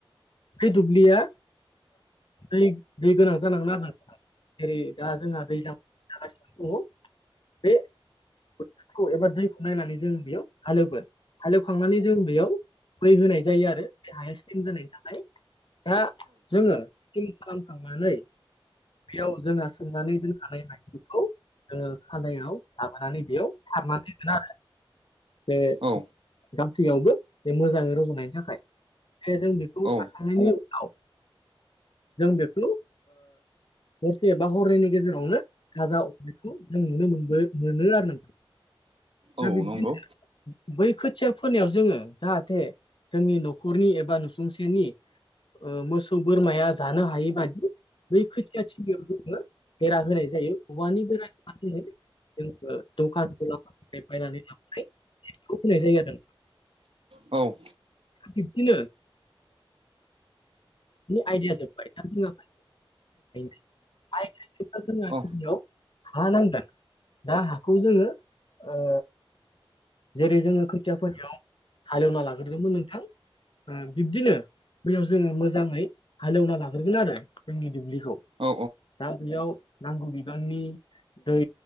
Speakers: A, on the left (about 60°); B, on the right (about 75°).
A: बे दुब्लिया दै दै गोनां जानांगोन आरो नोंथां जेरै दा जोंहा दैज्लां <unintelligible> दङ बे बोथोरखौ एबा दैखौ नायनानै जों बेयाव हालेवगोन हाले एवखांनानै जों बेयाव मै होनाय जायो आरो बे हाया स्लिम जानायनि थाखाय दा जोङो स्लिम खालामखांनानै बेयाव जोंहा सोंनानै दोनखानाय हायाव जोङो सायायाव लाबोनानै बेयाव सारनानै होगोन आरो बे
B: औ
A: गासैयावबो बे मोजाङै रज'नायनि थाखाय जे जों बेखौ
B: औ
A: सारखांनायनि उनाव जों बेखौ हरसे एबा हरनैनि गेजेरावनो गाजा हरनायखौ जों नुनो मोनबो मोनो आरो नोंथां <unintelligible>
B: औ नंगौ
A: बै खोथिया फोनायाव जोङो जाहाथे जोंनि न'खरनि एबा नुसुंसेनि मोसौ बोरमाया जानो हायि बादि बै खोथिया थिलिआव जोङो बेरा होनाय जायो औवानि बेरा <unintelligible> जोङो जोंङो दखान गलाफोरनिफ्राय बायनानै लाबोनाय खौ फोनाय जायो आरो नोंथां
B: औ
A: बिब्दिनो <unintelligible> आइडिया जोब्बाय <unintelligible> <unintelligible>
B: औ
A: मा नांगोन। दा हाखौ जोङो ओ जेरै- जोङो खोथिया फोनायाव हालेवना लाग्रोदोंमोन नोंथां। बिब्दिनो बैयाव जोङो मोजाङै हालेवना लाग्रोगोन आरो। जोंनि दुब्लि दा
B: औ
A: बेयाव नांगौ बिबांनि दै